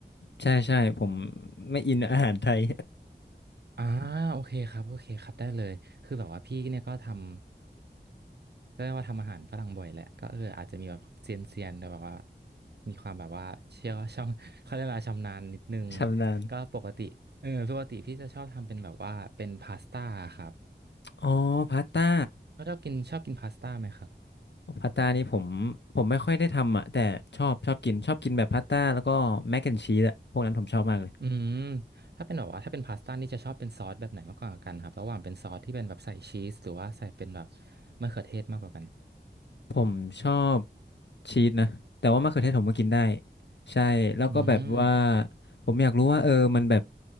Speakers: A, on the left; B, on the right.
A: ใช่ใช่ผมไม่อินอาหารไทย
B: อ่าโอเคครับโอเคครับได้เลยคือแบบว่าพี่เนี่ยก็ทำก็เรียกว่าทำอาหารฝรั่งบ่อยแหละก็เอออาจจะมีแบบเซียนเซียนแต่แบบว่ามีความแบบว่าเชี่ยว <laughs> ช่องเขาเรียกอะไรชำนาญนิดนึง
A: <laughs> ชำนาญ
B: ก็ปกติเออปกติพี่จะชอบทำเป็นแบบว่าเป็นพาสต้าครับ
A: อ๋อพาสต้า
B: ชอบกินชอบกินพาสต้าไหมครับ
A: พาสต้านี่ผมผมไม่ค่อยได้ทำอะแต่ชอบชอบกินชอบกินแบบพาสต้าแล้วก็แมคแอนชีสอะพวกนั้นผมชอบมากเลย
B: อืมถ้าเป็นแบบว่าถ้าเป็นพาสต้านี่จะชอบเป็นซอสแบบไหนมากกว่ากันครับระหว่างเป็นซอสที่เป็นแบบใส่ชีสหรือว่าใส่เป็นแบบมะเขือเทศมากกว่ากัน
A: ผมชอบชีสนะแต่ว่ามะเขือเทศผมก็กินได้ใช่แล้วก็แบบว่า
B: อืม
A: ผมอยากรู้ว่าเออมันแบบ